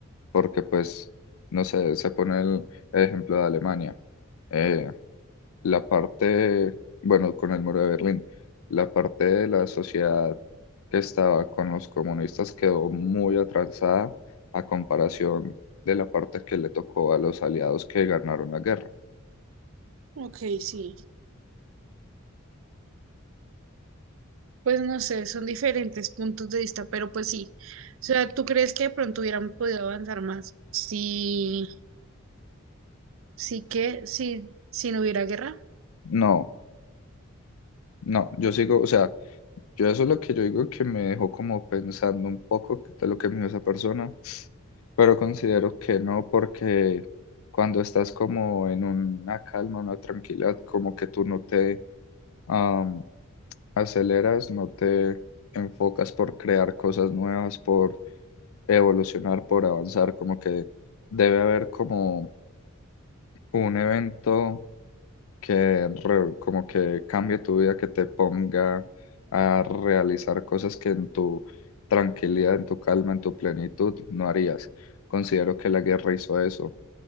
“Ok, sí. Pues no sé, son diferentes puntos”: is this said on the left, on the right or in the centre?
Right